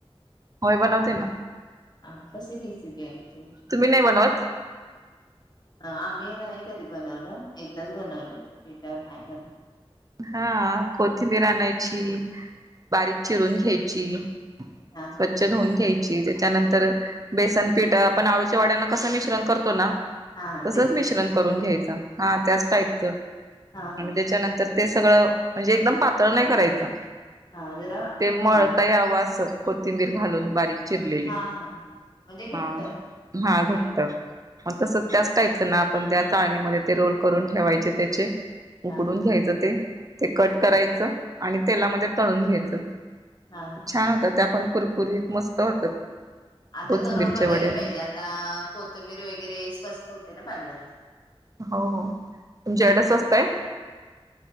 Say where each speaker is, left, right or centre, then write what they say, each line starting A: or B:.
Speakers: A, on the right; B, on the left.
A: होय बनवते ना
B: हा कशी रेसिपी आहे म
A: तुम्ही नाही बनवत
B: हा मी नाही कधी बनवलं एकदाच बनवलं ते काय नाही ब
A: हा कोथिंबीर आणायची बारीक चिरून घ्यायची
B: हा
A: स्वच्छ धुऊन घ्यायची त्याच्यानंतर बेसन पीठ आपण आळूच्या वाड्यांना कसं मिश्रण करतो ना
B: हा हा
A: तसच
B: तेच मी
A: मिश्रण करून घ्यायचं <inaudible> हा त्याच टाईपचं
B: हा
A: आणि
B: हा
A: त्याच्यानंतर ते सगळं म्हणजे एकदम पातळ नाही करायचं
B: हा जरा
A: ते मळता
B: अ
A: यावं असं कोथिंबीर घालून बारीक चिरलेली
B: हा हा हा म्हणजे घट्ट
A: हा हा
B: जरा
A: घट्ट मग तस त्याच टाईपच ना आपण त्या चाळणीमध्ये ते रोल करून ठेवायचे त्याचे उकडून
B: हा
A: घ्यायचं ते ते कट करायचं
B: हा
A: आणि तेलामध्ये तळून घ्यायचं
B: हा हा
A: छान होता त्या पण कुरकुरीत मस्त होतात
B: आता
A: कोथिंबीरचे
B: करून बघायला
A: वडे
B: पाहिजे आता कोथंबीर वगैरे स्वस्त होते ना भाज्या अ <inaudible>
A: हो हो तुमच्या कड स्वस्ताय